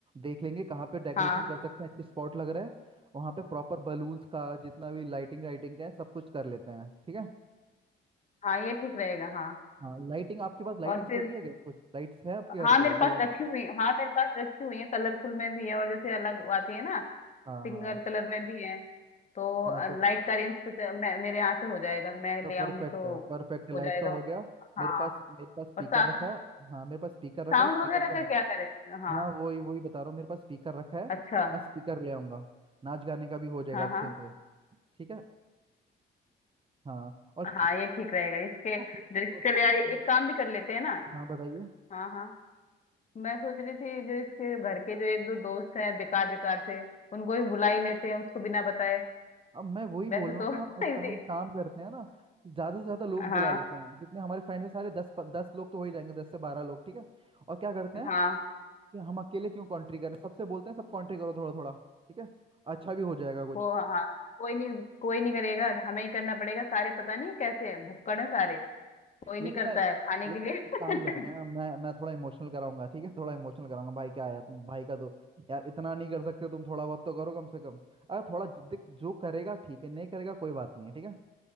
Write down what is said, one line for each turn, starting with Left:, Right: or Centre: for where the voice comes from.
Right: देख लेंगे कहाँ पे डेकोरेशन
Left: हाँ
Right: कर सकते हैं अच्छे स्पॉट लग रहा है वहाँ पे प्रॉपर बलून्स का जितना भी लाइटिंग वाइटिंग का है सब कुछ कर लेते हैं ठीक है
Left: हाँ ये ठीक रहेगा हाँ
Right: हाँ लाइटिंग आपके पास लाइटिंग
Left: और फिर
Right: पड़ी है क्या कुछ लाइट्स है आपके घर
Left: हाँ
Right: पे
Left: मेरे
Right: दिवाली
Left: पास रखी हुई हाँ मेरे पास रखी हुई है कलरफुल में भी है और जैसे अलग आती है ना सिंगल
Right: हाँ हाँ
Left: कलर में भी है तो
Right: हाँ तो
Left: लाइट का रेंज तो च- मैं, मेरे यहाँ से हो जाएगा मैं
Right: तो
Left: ले
Right: परफेक्ट
Left: आऊंगी तो
Right: है परफेक्ट लाइट
Left: हो जाएगा
Right: का हो गया मेरे
Left: हाँ
Right: पास मेरे पास स्पीकर
Left: और सा,
Right: रखा है हाँ मेरे पास स्पीकर रखा
Left: साउंड
Right: है स्पीकर
Left: वगैरह
Right: का
Left: का क्या करें हाँ
Right: हाँ वही वही बता रहा हूँ मेरे पास स्पीकर रखा है
Left: अच्छा
Right: मैं स्पीकर ले आऊँगा नाच गाने का भी हो जाएगा
Left: हाँ
Right: अच्छे
Left: हाँ
Right: से ठीक है हाँ और
Left: हाँ
Right: केक
Left: ये ठीक रहेगा इसके जो
Right: उसको फिर
Left: इसके
Right: उसको
Left: लिए
Right: हम्म,
Left: एक काम भी कर लेते हैं ना
Right: हाँ बताइए
Left: हाँ हाँ मैं सोच रही थी जो इसके घर के जो एक दो दोस्त हैं बेकार बेकार से उनको भी बुला ही लेते हैं उसको बिना बताए
Right: अब मैं वही बोल
Left: वैसे
Right: रहा हूँ
Left: तो
Right: कि
Left: <laughs>
Right: हम एक
Left: इजी-
Right: हम काम करते हैं ना ज्यादा से ज्यादा लोग
Left: हाँ
Right: बुला लेते हैं जितने हमारे फ्रेंड्स हैं सारे दस दस लोग तो हो ही जाएंगे दस से बारह लोग ठीक है और क्या करते हैं
Left: हाँ
Right: कि हम अकेले क्यों कॉन्ट्री करें सबसे बोलते हैं सब कॉन्ट्री करो थोड़ा थोड़ा ठीक है अच्छा भी हो जाएगा कुछ
Left: वो हाँ कोई नहीं कोई नहीं करेगा हमें ही करना पड़ेगा सारे पता नहीं कैसे हैं भुक्कड़ है सारे कोई
Right: लेकिन
Left: नहीं करता
Right: ना
Left: है खाने
Right: लेकिन
Left: के लिए
Right: एक काम करेंगे
Left: <laughs>
Right: ना मैं मैं थोड़ा इमोशनल कराऊंगा ठीक है थोड़ा इमोशनल कराऊंगा भाई क्या है तुम भाई का दो यार इतना नहीं कर सकते तुम थोड़ा बहुत तो करो कम से कम अगर थोड़ा जिद्द जो करेगा ठीक है नहीं करेगा कोई बात नहीं है ठीक है